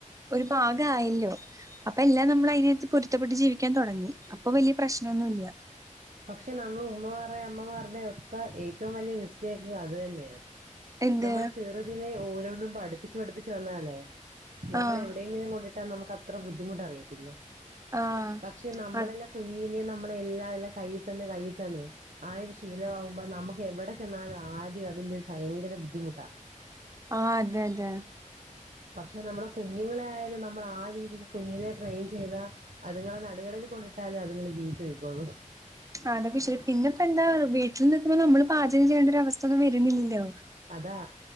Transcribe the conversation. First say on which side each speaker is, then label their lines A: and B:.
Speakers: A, on the right; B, on the right.
A: ഒരു ഭാഗയാല്ലോ അപ്പൊ എല്ലാം നമ്മൾ അതിനെത്ത് പൊരുത്തപ്പെട്ട് ജീവിക്കാൻ തുടങ്ങി അപ്പൊ വലിയ പ്രശ്നമൊന്നുമില്ല.
B: പക്ഷെ നമ്മൾ ഉമ്മമാരുടെയും അമ്മമാരുടെ ഒക്കെ ഏറ്റവും വലിയ മിസ്റ്റേക്ക് അത് തന്നെയാണ്-
A: എന്ത്
B: നമ്മളെ ചെറുതിലെ ഓരോന്നും പഠിപ്പിച്ച് പഠിപ്പിച്ച് തന്നല്ലേ നമ്മളെവിടെയെങ്കിലും
A: ആഹ്
B: കൊണ്ടോ നമുക്ക്ത്ര ബുദ്ധിമുട്ട് അറിയതില്ല
A: ആഹ്
B: പക്ഷെ നമ്മളെല്ലാം
A: ആഹ്
B: കുഞ്ഞിലെ നമ്മളെല്ലാം കയ്യിൽ തന്നെ കയ്യിൽ തന്നെ ആഹ് ഒരു ശീലമാകുമ്പോ നമുക്ക് എവിടെ ചെന്നാലും ആദ്യം അതിന്റെ ഭയങ്കര ബുദ്ധിമുട്ടാ
A: ആഹ് അതെ അതെ-
B: പക്ഷെ നമ്മളുടെ കുഞ്ഞുങ്ങളൊയാലും നമ്മൾ ആഹ് രീതിക്ക് കുഞ്ഞിലെ ട്രെയിൻ ചെയ്താ അതുങ്ങളെ നടുകടലിൽ കൊണ്ട ഇടാലും അതുങ്ങള് ജീവിച്ച്പോകും.
A: അതൊക്കെ ശരി പിന്നെ ഇപ്പ എന്താ വീട്ടിൽ നിൽക്കുമ്പോ നമ്മള് പാചകം ചെയേണ്ടരു അവസ്ഥ ഒന്നും വരുന്നില്ലല്ലോ
B: അതാ